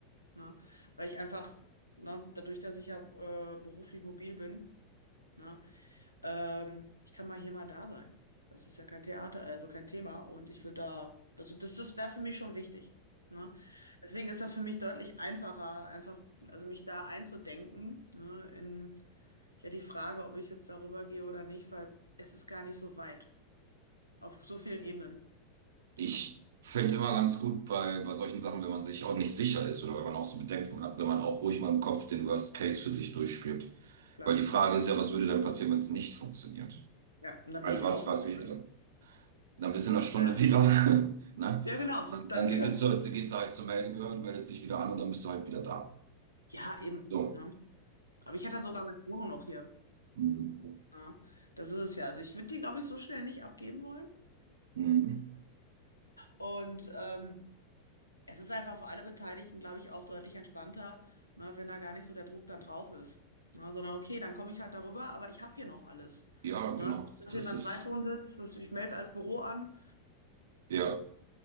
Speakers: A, on the left; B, on the right.
A: Ne? Weil ich einfach, ne, dadurch, dass ich ja äh, beruflich mobil bin, ne, ähm, ich kann mal hier mal da sein. Das ist ja kein Theater, also kein Thema. Und ich würde da, also das, das wäre für mich schon wichtig. Ne? Deswegen ist das für mich deutlich einfacher, einfach, also mich da einzudenken, ne, in ja die Frage, ob ich jetzt darüber gehe oder nicht, weil es ist gar nicht so weit. Auf so vielen Ebenen.
B: Ich
A: Ne?
B: finde immer ganz gut bei, bei solchen Sachen, wenn man sich auch nicht sicher ist oder wenn man auch so Bedenken hat, wenn man auch ruhig mal im Kopf den Worst Case für sich durchspielt.
A: Klar.
B: Weil die Frage ist ja, was würde dann passieren, wenn es nicht funktioniert?
A: Ja, und dann
B: Also
A: bin ich
B: was,
A: ausgewandert.
B: was wäre dann? Dann bist du in einer Stunde
A: Ne?
B: wieder, <laughs> ne?
A: Ja, genau.
B: Dann,
A: Dann,
B: dann gehst du zu, gehst du halt zur Meldebehörde, meldest dich wieder an und dann bist du halt wieder da.
A: <laughs> ja, eben.
B: So.
A: Ne? Aber ich hatte dann sogar meine Wohnung noch hier.
B: Mhm.
A: Ja, das ist es ja. Also ich würde die, glaube ich, so schnell nicht abgeben wollen.
B: Mhm.
A: Und ähm, es ist einfach für alle Beteiligten, glaube ich, auch deutlich entspannter, ne, wenn da gar nicht so der Druck dann drauf ist. Ne, sondern okay, dann komme ich halt darüber, aber ich habe hier noch alles.
B: Ja, genau.
A: Ne, dass das
B: Das
A: jemand
B: ist,
A: Zweitwohnsitz, dass ich melde als Büro an.
B: ja.